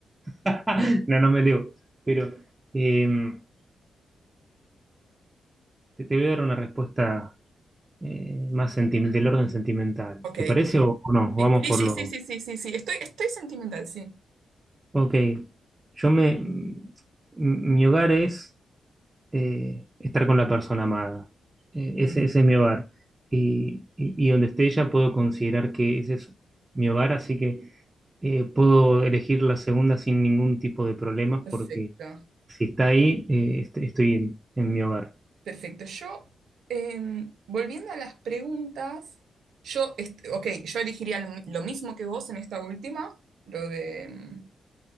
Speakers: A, on the right; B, on the right.
A: <laughs> No, no me elevo, pero em, te te voy a dar una respuesta eh, más senti- del orden sentimental.
B: Ok.
A: ¿Te parece o, o no? Vamos
B: Sí,
A: por
B: sí, sí,
A: lo...
B: sí, sí, sí, sí, sí, Estoy, estoy sentimental, sí.
A: Ok, yo me... m- Mi hogar es eh, estar con la persona amada. Eh,
B: Mm,
A: ese, ese es mi hogar. Y, y- y donde esté ella puedo considerar que ese es mi hogar, así que eh, puedo elegir la segunda sin ningún tipo de problemas
B: perfecto,
A: porque si está ahí, eh, est- estoy en, en mi hogar.
B: perfecto. Yo, em, volviendo a las preguntas, yo, est- ok, yo elegiría lo, mi- lo mismo que vos en esta última, lo de em,